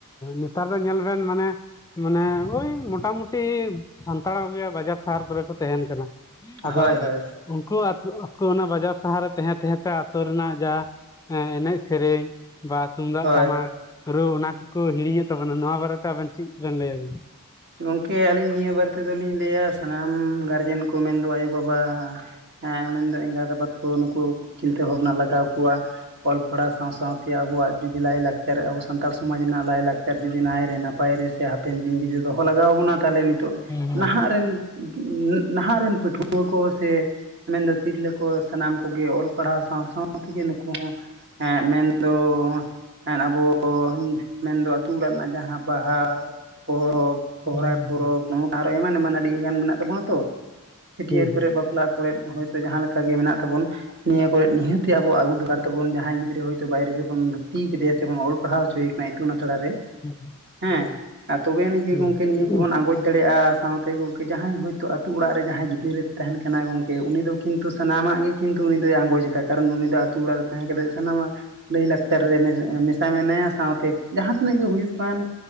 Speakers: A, on the left (about 15°); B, on the right (about 50°).
A: ᱱᱮᱛᱟᱨ ᱫᱚ ᱧᱮᱞ ᱵᱮᱱ ᱢᱟᱱᱮ ᱢᱟᱱᱮ ᱳᱭ ᱢᱚᱴᱟ ᱢᱩᱴᱤ ᱥᱟᱱᱛᱟᱲ ᱠᱚᱜᱮ ᱵᱟᱡᱟᱨ ᱥᱟᱦᱟᱨ ᱠᱚᱨᱮ ᱠᱚ ᱛᱮᱦᱮᱸᱱ ᱠᱟᱱᱟ᱾
B: ᱦᱳᱭ
A: ᱟᱫᱚ
B: ᱦᱳᱭ
A: ᱩᱝᱠᱩ <inaudible> ᱚᱱᱟ ᱵᱟᱡᱟᱨ ᱥᱟᱦᱟᱨ ᱨᱮ ᱛᱮᱦᱮᱸ ᱛᱮᱦᱮᱸ ᱛᱮ ᱟᱛᱳ ᱨᱮᱱᱟᱜ ᱡᱟ ᱦᱮᱸ ᱮᱱᱮᱡ ᱥᱮᱨᱮᱧ ᱵᱟ ᱛᱩᱝ
B: ᱦᱳᱭ
A: ᱴᱟᱢᱟᱠ ᱨᱩ ᱚᱱᱟ ᱠᱚᱠᱚ ᱦᱤᱲᱤᱧᱮᱫ ᱛᱟᱵᱚᱱᱟ ᱱᱚᱣᱟ ᱵᱟᱨᱮᱛᱮ ᱟᱵᱮᱱ ᱪᱮᱫ ᱵᱮᱱ ᱞᱟᱹᱭ᱾
B: ᱜᱚᱝᱠᱮ ᱟᱞᱤᱧ ᱱᱤᱭᱟᱹ ᱵᱟᱨᱮ ᱛᱮᱫᱚ ᱞᱤᱧ ᱞᱟᱹᱭᱟ ᱥᱟᱱᱟᱢ ᱜᱟᱨᱡᱮᱱ ᱠᱚ ᱢᱮᱱᱫᱚ ᱟᱭᱳ-ᱵᱟᱵᱟ ᱮᱸ ᱢᱮᱱᱫᱚ ᱮᱸᱜᱟᱛ ᱟᱵᱟᱛ ᱠᱚ ᱱᱩᱠᱩ ᱪᱤᱱᱛᱟᱹ ᱵᱷᱟᱵᱽᱱᱟ ᱞᱟᱜᱟᱣ ᱠᱚᱣᱟ ᱚᱞ ᱯᱟᱲᱦᱟᱣ ᱥᱟᱶ-ᱥᱟᱶᱛᱮᱭᱟᱜ ᱟᱵᱚᱣᱟᱜ ᱡᱩᱫᱤ ᱞᱟᱭ-ᱞᱟᱠᱪᱟᱨ ᱟᱵᱚ ᱥᱟᱱᱛᱟᱲ ᱥᱚᱢᱟᱡᱽ ᱨᱮᱱᱟᱜ ᱞᱟᱭ-ᱞᱟᱠ ᱪᱟᱨ ᱡᱩᱫᱤ ᱱᱟᱭ ᱨᱮ ᱱᱟᱯᱟᱭ ᱨᱮ ᱥᱮ ᱦᱟᱯᱮᱱ ᱫᱤᱱ ᱡᱩᱫᱤ ᱫᱚᱦᱚ ᱞᱟᱜᱟᱣ ᱵᱚᱱᱟ ᱛᱟᱦᱟᱞᱮ ᱱᱤᱛᱚᱜ
A: ᱦᱩᱸ
B: ᱱᱟᱦᱟᱸᱜ ᱨᱮᱱ ᱩᱸ ᱩᱸ ᱱᱟᱦᱟᱸᱜ ᱨᱮᱱ ᱯᱟᱹᱴᱷᱩᱣᱟᱹ ᱠᱚ ᱥᱮ ᱢᱮᱱᱫᱚ ᱛᱤᱨᱞᱟᱹ ᱠᱚ ᱥᱟᱱᱟᱢ ᱠᱚᱜᱮ ᱚᱞ ᱯᱟᱲᱦᱟᱣ ᱥᱟᱶ-ᱥᱟᱶ ᱛᱮᱜᱮ ᱱᱩᱠᱩ ᱦᱚᱸ ᱮᱸᱫ ᱢᱮᱱᱫᱚ ᱮᱸᱫ ᱟᱵᱚ ᱢᱮᱱᱫᱚ ᱟᱹᱛᱩ ᱚᱲᱟᱜ ᱨᱮᱱᱟᱜ ᱡᱟᱦᱟᱸ ᱵᱟᱦᱟ ᱯᱚᱨᱚᱵᱽ ᱥᱚᱦᱚᱨᱟᱭ
A: ᱦᱩᱸ
B: ᱯᱚᱨᱚᱵᱽ ᱱᱚ ᱟᱨᱚ ᱮᱢᱟᱱ ᱮᱢᱟᱱ ᱟᱹᱰᱤ ᱜᱟᱱ ᱢᱮᱱᱟᱜ ᱛᱟᱵᱚᱱᱟ ᱛᱚ ᱪᱷᱟᱹᱴᱭᱟᱹᱨ
A: ᱦᱩᱸ ᱦᱩᱸ ᱦᱩᱸ ᱦᱩᱸ
B: ᱠᱚᱨᱮᱜ ᱵᱟᱯᱞᱟ ᱠᱚᱨᱮᱜ ᱦᱳᱭᱛᱳ ᱡᱟᱦᱟᱸ ᱞᱮᱠᱟ ᱜᱮ ᱢᱮᱱᱟᱜ ᱛᱟᱵᱚᱱ ᱱᱤᱭᱟᱹ ᱠᱚᱨᱮ ᱱᱤᱦᱟᱹᱛᱤ ᱟᱵᱚ ᱟᱜᱩ ᱫᱚᱨᱠᱟᱨ ᱛᱟᱵᱩᱱ ᱡᱟᱦᱟᱸᱭ ᱜᱤᱫᱽᱨᱟᱹ ᱦᱳᱭᱛᱳ ᱵᱟᱭᱨᱮ ᱨᱮᱵᱚᱱ ᱵᱷᱩᱨᱭᱛᱤᱭ ᱠᱮᱫᱮᱭᱟ ᱥᱮᱵᱚᱱ ᱚᱞ ᱯᱟᱲᱦᱟᱣ ᱦᱩᱪᱩᱭᱤ ᱠᱟᱱᱟᱭ ᱤᱛᱩᱱ ᱟᱥᱲᱟ ᱨᱮ
A: ᱦᱩᱸ
B: <inaudible> ᱦᱮᱸ
A: ᱦᱩᱸ ᱦᱩᱸ
B: ᱟᱨ ᱛᱚᱵᱮ ᱟᱱᱤᱡ ᱜᱮ
A: ᱦᱩᱸ
B: ᱜᱚᱝᱠᱮ ᱱᱤᱭᱟᱹ
A: ᱦᱩᱸ
B: ᱠᱚᱵᱚᱱ ᱟᱸᱜᱚᱪ ᱫᱟᱲᱮᱭᱟᱜ-ᱟ ᱥᱟᱶᱛᱮ ᱜᱚᱝᱠᱮ ᱡᱟᱦᱟᱸᱭ ᱦᱳᱭᱛᱳ ᱟᱹᱛᱩ ᱚᱲᱟᱜ ᱨᱮ ᱡᱟᱦᱟᱸᱭ ᱜᱤᱫᱽᱨᱟᱹ ᱛᱟᱦᱮᱱ ᱠᱟᱱᱟᱭ ᱜᱚᱢᱠᱮ ᱩᱱᱤ ᱫᱚ ᱠᱤᱱᱛᱩ ᱥᱟᱱᱟᱢᱟᱜ ᱜᱮ ᱠᱤᱱᱛᱩ ᱩᱱᱤ ᱫᱚᱭ ᱟᱸᱜᱚᱪ ᱮᱫᱟ ᱠᱟᱨᱚᱱ ᱩᱱᱤ ᱫᱚ ᱟᱹᱛᱩ ᱚᱲᱟᱜ ᱨᱮ ᱛᱟᱦᱮᱸ ᱠᱮᱛᱮᱜ ᱥᱟᱱᱟᱢᱟᱜ ᱞᱟᱹᱭ ᱞᱟᱠ ᱪᱟᱨ ᱨᱮ ᱢᱮ
A: ᱚ
B: ᱢᱮᱥᱟ ᱢᱮᱱᱟᱭᱟ ᱥᱟᱶᱛᱮ ᱡᱟᱦᱟᱸ ᱛᱤᱱᱟᱹᱜ ᱜᱮ ᱦᱩᱭᱩᱜ ᱠᱟᱱ